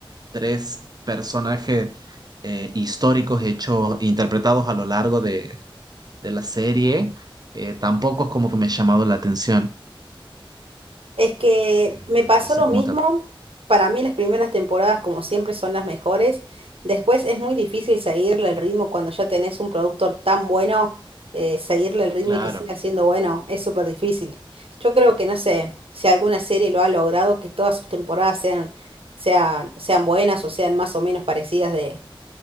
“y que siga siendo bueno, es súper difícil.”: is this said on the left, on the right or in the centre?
Right